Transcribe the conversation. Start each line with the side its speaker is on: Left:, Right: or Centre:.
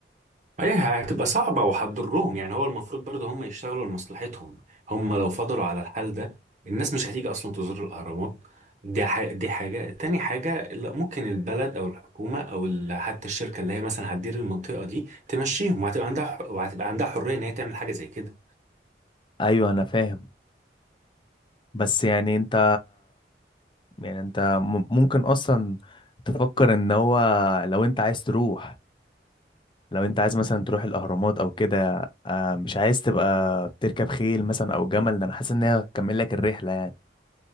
Right: هي هتبقى صعبة وهتضرهم يعني هو المفروض برضه هم يشتغلوا لمصلحتهم هم لو فضلوا على الحال ده الناس مش هتيجي أصلا تزور الأهرامات دي حاجة دي حاجة تاني حاجة لا ممكن البلد أو الحكومة أو ال- حتى الشركة اللي هي مثلا هتدير المنطقة دي تمشيهم وهتبقى عندها ح- وهتبقى عندها حرية إن هي تعمل حاجة زي كده
Left: ايوه انا فاهم بس يعني انت يعني انت م- ممكن اصلا تفكر ان هو لو انت عايز تروح لو انت عايز مثلا تروح الاهرامات او كده آه، مش عايز تبقى بتركب خيل مثلا او جمل ده انا حاسس ان هي هتكمل لك الرحله يعني